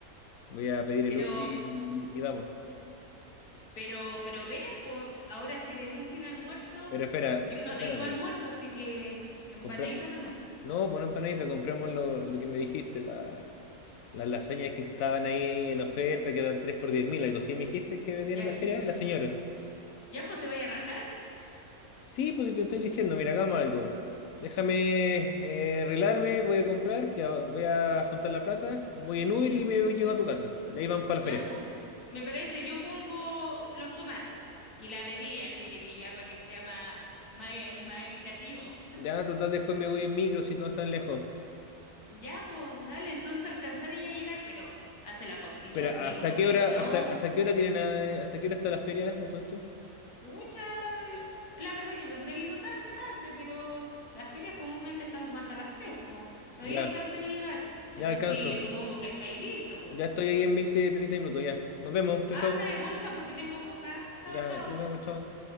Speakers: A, on the left (about 70°); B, on the left (about 90°).
A: Voy a pedir el
B: Pero,
A: Uber y, y vamos.
B: pero, pero ven, po, ahora si venís sin almuerzo,
A: Pero espera,
B: yo no
A: espérame.
B: tengo almuerzo, así que empanadita
A: Compra...
B: nomás.
A: No, por empanadita, compramos lo, lo que me dijiste, la- las lasañas que estaban ahí en oferta, que dan 3 por diez mil, algo así. ¿Me dijiste que vendían
B: Ya,
A: en la feria? La señora.
B: ya pues te voy a rajar.
A: Sí, pues si te estoy diciendo, mira, hagamos algo. Déjame eh, arreglarme, voy a comprar, que a- voy a juntar la plata, voy en Uber y me llego a tu casa. De ahí vamos para la
B: Ya
A: feria.
B: pues, me parece, yo pongo los tomates y la bebida, si querís, ya para que sea más, más, más equitativo.
A: Ya, total, después me voy en micro si no están lejos.
B: Ya pues, dale, entonces alcanzar y ya llegar, pero hace la cortita
A: Pero,
B: así,
A: ¿hasta
B: po, porque
A: qué hora,
B: si no.
A: hasta, hasta qué hora tienen, eh, hasta qué hora está la feria a todo esto?
B: Pucha, la verdad que nunca he ido tarde, tarde, pero las ferias comúnmente están como hasta las 3, po. Todavía
A: Ya,
B: alcanzaría a llegar. Eso
A: ya alcanzo.
B: sí, supongo que estáis listos, po.
A: Ya estoy ahí en 20, 30 minutos, ya. Nos vemos, chau,
B: Ah,
A: chau.
B: trae bolsa porque tengo poca. Chao,
A: Ya,
B: chao.
A: nos vemos, chau.